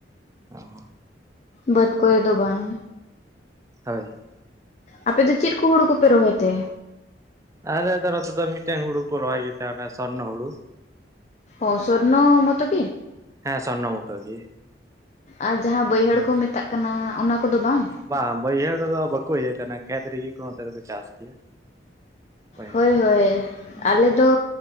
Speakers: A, on the right; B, on the left.
A: ᱚ᱾
B: ᱵᱟᱹᱫᱽ ᱠᱚᱨᱮ ᱫᱚ ᱵᱟᱝ᱾
A: ᱦᱳᱭ᱾
B: ᱟᱯᱮ ᱫᱚ ᱪᱮᱫ ᱠᱩ ᱦᱩᱲᱩ ᱠᱚᱯᱮ ᱨᱚᱦᱚᱭ ᱛᱮ?
A: ᱟᱨ ᱱᱮᱛᱟᱨ ᱱᱚᱛᱮ ᱫᱚ ᱢᱤᱫᱴᱮᱱ ᱦᱩᱲᱩ ᱠᱚ ᱨᱚᱦᱚᱭ ᱜᱮ ᱛᱮ ᱚᱱᱮ ᱥᱚᱱᱱᱚ ᱦᱩᱲᱩ᱾
B: ᱚ ᱥᱚᱨᱱᱚ ᱢᱚᱛᱚ ᱠᱤ?
A: ᱦᱮᱸ ᱥᱚᱨᱱᱚ ᱢᱚᱛᱚ ᱜᱮ
B: ᱟᱨ ᱡᱟᱦᱟᱸ ᱵᱟᱹᱭᱦᱟᱹᱲ
A: ᱦᱮᱸ
B: ᱠᱚ ᱢᱮᱛᱟᱜ ᱠᱟᱱᱟ ᱚᱱᱟ ᱠᱚᱫᱚ ᱵᱟᱝ
A: ᱵᱟᱝ ᱵᱟᱹᱭᱦᱟᱹᱲ ᱨᱮᱫᱚ ᱵᱟᱠᱚ ᱤᱭᱟᱹ ᱠᱟᱱᱟ ᱠᱷᱮᱛ ᱨᱮᱜᱮ ᱠᱚ ᱱᱚᱛᱮ ᱫᱚ ᱠᱚ ᱪᱟᱥ ᱜᱮᱭᱟ ᱵᱟᱹᱭᱦᱟᱹᱲ
B: ᱦᱳᱭ ᱦᱳᱭ
A: ᱨᱮᱫᱚ
B: ᱟᱞᱮ ᱫᱚ